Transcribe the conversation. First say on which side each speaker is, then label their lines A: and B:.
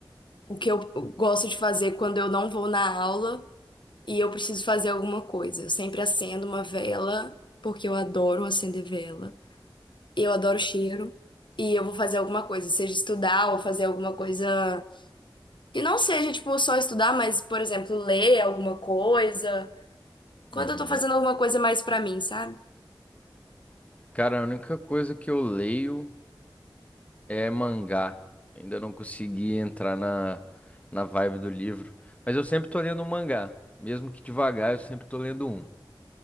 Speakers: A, on the left; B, on the left.
A: o que eu gosto de fazer quando eu não vou na aula e eu preciso fazer alguma coisa. Eu sempre acendo uma vela, porque eu adoro acender vela. Eu adoro cheiro e eu vou fazer alguma coisa, seja estudar ou fazer alguma coisa que não seja tipo só estudar, mas por exemplo, ler alguma coisa. Quando
B: Uhum.
A: eu tô fazendo alguma coisa mais pra mim, sabe?
B: Cara, a única coisa que eu leio é mangá. Ainda não consegui entrar na, na vibe do livro. Mas eu sempre tô lendo um mangá. Mesmo que devagar, eu sempre tô lendo um.